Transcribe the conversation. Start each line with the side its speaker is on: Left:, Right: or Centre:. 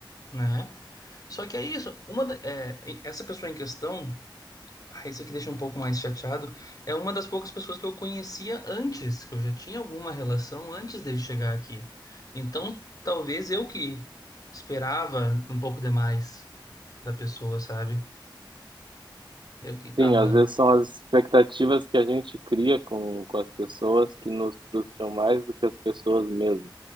Left: né? Só que é isso, uma da- é, essa pessoa em questão, Ah, Isso aqui deixa um pouco mais chateado. É uma das poucas pessoas que eu conhecia antes, que eu já tinha alguma relação antes dele chegar aqui. Então, talvez eu que esperava um pouco demais da pessoa, sabe? Eu que
Right: Sim,
Left: tava
Right: às vezes são as expectativas que a gente cria com, com as pessoas que nos frustram mais do que as pessoas mesmo.